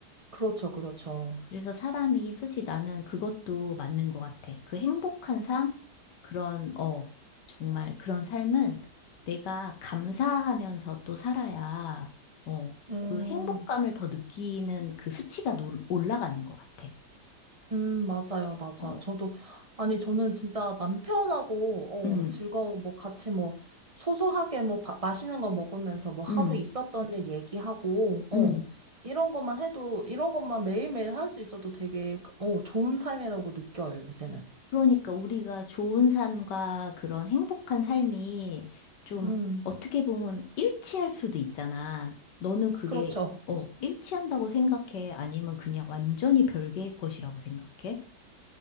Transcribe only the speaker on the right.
그렇죠, 그렇죠.
음,
음, 맞아요, 맞아.
저도, 아니, 저는 진짜 남편하고,
어, 즐거운, 뭐, 같이 뭐, 소소하게 뭐, 바- 맛있는 거 먹으면서 뭐, 하루
있었던 일 얘기하고, 어,
이런 것만 해도, 이런 것만 매일매일 할 수 있어도 되게, 어, 좋은 삶이라고 느껴요, 요새는.
음,
그렇죠.